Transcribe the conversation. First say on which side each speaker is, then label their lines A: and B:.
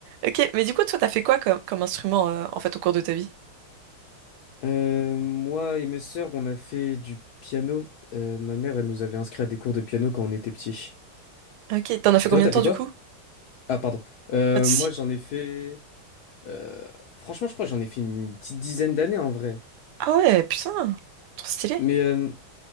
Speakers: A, on the right; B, on the left.
A: Ok, mais du coup, toi, t'as fait quoi comme, comme instrument euh, en fait au cours de ta vie?
B: Euh, moi et mes sœurs, on a fait du piano. Euh, ma mère, elle nous avait inscrits à des cours de piano quand on était petits.
A: Ok, t'en as fait
B: Toi,
A: combien
B: t'as
A: de temps
B: fait quoi?
A: du coup?
B: Ah, pardon. Euh,
A: Pas de soucis.
B: moi, j'en ai fait. euh, franchement, je crois que j'en ai fait une petite dizaine d'années en vrai.
A: Ah ouais, putain, trop stylé.
B: Mais euh,